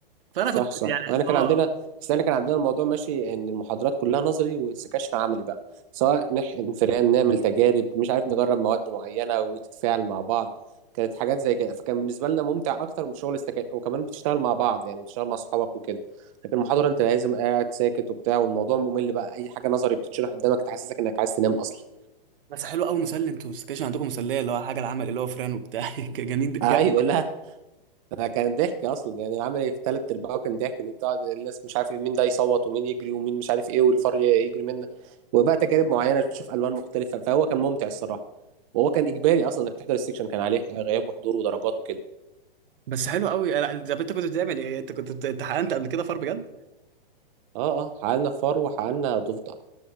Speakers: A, on the right; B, on the right.
A: فانا
B: صح
A: كنت
B: صح
A: يعني
B: احنا كان
A: اه
B: عندنا بس احنا كان عندنا الموضوع ماشي ان المحاضرات كلها نظري والسكاشن عملي بقى سواء نحقن فئران نعمل تجارب مش عارف نجرب مواد معينه وتتفاعل مع بعض كانت حاجات زي كده فكان بالنسبه لنا ممتع اكتر من شغل السكاشن وكمان بتشتغل مع بعض يعني بتشتغل مع اصحابك وكده لكن المحاضره انت لازم قاعد ساكت وبتاع والموضوع ممل بقى اي حاجه نظري بتتشرح قدامك تحسسك انك عايز تنام اصلا
A: بس حلو قوي مسلي انتوا السكشن عندكم مسليه اللي هو حاجه العمل اللي هو فران وبتاع <laughs> جميل جامد
B: ايوه لا انا كان ضحك اصلا يعني العمل في تلات ارباعه كان ضحك ان انت قاعد الناس مش عارف إيه، مين ده يصوت ومين يجري ومين مش عارف ايه والفار يجري منه وبقى تجارب معينه تشوف الوان مختلفه فهو كان ممتع الصراحه وهو كان اجباري اصلا انك تحضر السكشن كان عليه غياب وحضور ودرجات وكده
A: بس حلو قوي لا طب انت كنت بتعمل ايه انت كنت بت- امتحنت قبل كده فار بجد
B: اه اه حققنا فار وحققنا ضفدع